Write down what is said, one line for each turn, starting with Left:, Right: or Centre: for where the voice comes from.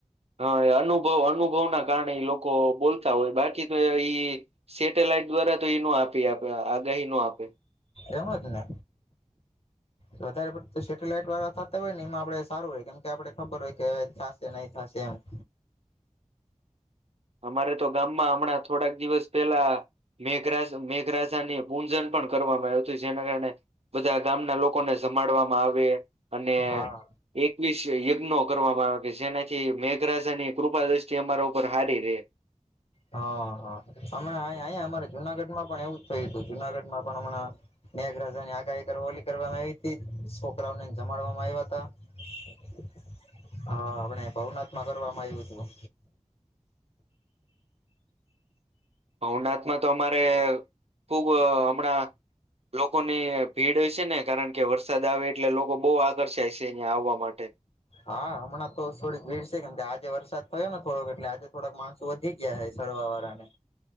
Right: હા એ અનુભવ અનુભવ ના કારણે લોકો બોલતા હોય બાકી તો ઈ સેટેલાઈટ દ્વારા તો એઈ ન આપી આપ આગાહી ન આપે.
Left: એમત ને. વધારે પડ સેટેલાઈટ વાળા થતા હોય ને એમાં આપડે સારું હોય કેમ કે આપડે ખબર હોય કે થશે નહી થશે એમ. <inaudible>
Right: અમારે તો ગામમાં હમણાં થોડાક દિવસ પેલા મેઘરા મેઘ રાજા ને પૂજન પણ કરવામાં આવ્યું હતું જેના કારણે બધા ગામના લોકોને સમાડવામાં આવે. અને
Left: હા.
Right: એકવીસ યજ્ઞો કર કરવામાં આવે જેનાથી મેઘરાજાની કૃપા દ્રષ્ટિ અમારા ઉપર હારી રેય.
Left: હા હા હમણાં અહીયા અમારે જુનાગઢમાં પણ એવું જ થયું હતું જુનાગઢમાં પણ હમણાં મેઘરાજા ની આગા એક ઓલી કરવામાં આવી હતી છોકરાઓને જમાડવામાં આવ્યા હતા. હા આપણે પહુ માં કરવામાં આવ્યું હતું.
Right: ભવનાથમાં તો અમારે ખુબ હમણાં લોકોની ભીડ છે ને કારણ કે વરસાદ આવે એટલે લોકો બહુ આકર્ષાય છે અહિયાં આવવા માટે.
Left: હા હમણાં તો થોડીક ભીડ છે કેમ કે આજે વરસાદ થયો ને થોડોક એટલે આજે થોડાક માણસો વધી ગયા. ડવા વાળાને